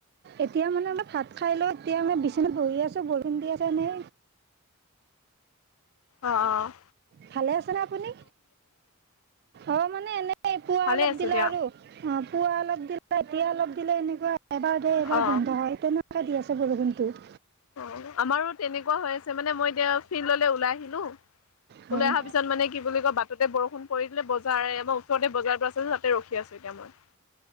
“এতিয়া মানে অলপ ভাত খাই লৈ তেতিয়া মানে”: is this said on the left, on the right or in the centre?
Right